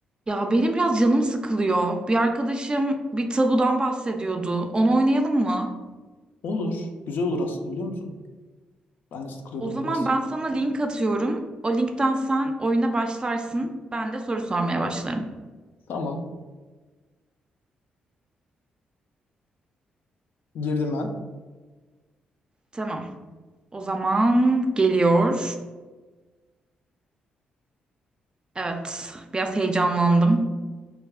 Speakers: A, on the right; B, on the left.
A: Ya benim biraz canım sıkılıyor. Bir arkadaşım bir tabudan bahsediyordu. Onu oynayalım mı?
B: Olur. Güzel olur aslında biliyor musun? Ben de sıkılıyordum
A: O zaman
B: biraz.
A: ben sana link atıyorum. O linkten sen oyuna başlarsın. Ben de soru sormaya başlarım.
B: Tamam. Girdim ben.
A: Tamam. O zaman geliyor. Evet, biraz heyecanlandım.